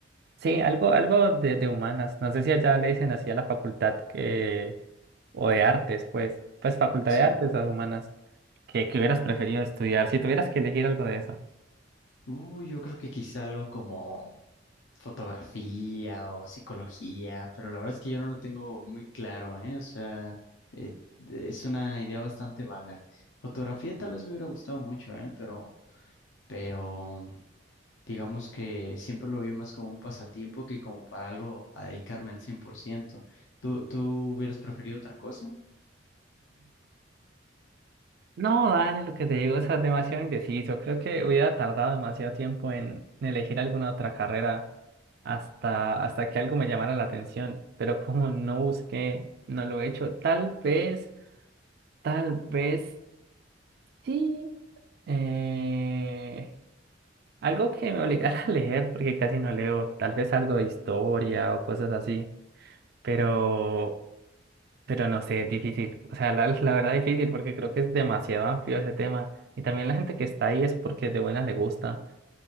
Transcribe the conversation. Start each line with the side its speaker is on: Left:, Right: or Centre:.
Right: Sí, algo, algo de, de humanas. No sé si allá le dicen así a la facultad que... o de artes, pues, pues facultad
Left: Sí.
Right: de artes o de humanas, que, que hubieras preferido estudiar, si tuvieras que elegir algo de eso.
Left: Uh, yo creo que quizá algo como fotografía o psicología, pero la verdad es que yo no lo tengo muy claro, ¿eh? O sea, eh, es una idea bastante vaga. Fotografía tal vez me hubiera gustado mucho, ¿eh? Pero, pero digamos que siempre lo vi más como un pasatiempo que como para algo a dedicarme al 100%. ¿Tú, tú hubieras preferido otra cosa?
Right: No, dale, lo que te digo, es demasiado indeciso. Creo que hubiera tardado demasiado tiempo en, en elegir alguna otra carrera hasta, hasta que algo me llamara la atención. Pero como no busqué, no lo he hecho. Tal vez, tal vez sí. eh, algo que me obligara <laughs> a leer, porque casi no leo. Tal vez algo de historia o cosas así. Pero Pero no sé, es difícil. O sea, la, la verdad es difícil porque creo que es demasiado amplio ese tema. Y también la gente que está ahí es porque de buena le gusta.